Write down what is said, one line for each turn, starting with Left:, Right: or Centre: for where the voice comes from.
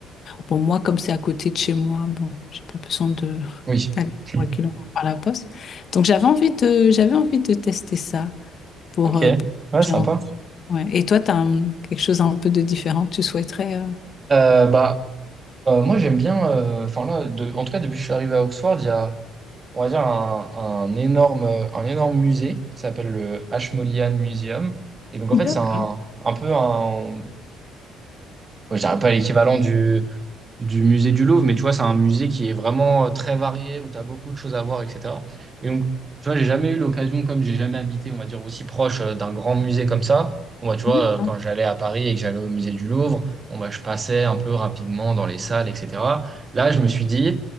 Left: Pour moi, comme c'est à côté de chez moi, bon, j'ai pas besoin de
Right: Oui.
Left: <laughs> d'aller
Right: <laughs>
Left: trois kilomètres par la poste. Donc, j'avais envie de, j'avais envie de tester ça pour,
Right: Ok.
Left: euh, pour
Right: Ouais,
Left: changer
Right: sympa.
Left: un peu. Ouais. Et toi, tu as quelque chose un peu de différent que tu souhaiterais. euh,
Right: Euh, bah, euh, moi, j'aime bien... euh, Enfin là, de- en tout cas, depuis que je suis arrivé à Oxford, il y a, on va dire, un, un énorme, un énorme musée qui s'appelle le Ashmolean Museum. Et donc, en fait,
Left: D'accord.
Right: c'est un, un peu un... bon, je dirais pas l'équivalent du... du musée du Louvre, mais tu vois, c'est un musée qui est vraiment euh, très varié, où tu as beaucoup de choses à voir, etc. Et donc, tu vois, j'ai jamais eu l'occasion, comme j'ai jamais habité, on va dire, aussi proche euh, d'un grand musée comme ça. Bon, bah, tu vois,
Left: D'accord.
Right: euh, quand j'allais à Paris et que j'allais au musée du Louvre, bon, bah, je passais un peu rapidement dans les salles, etc. Là, je me suis dit,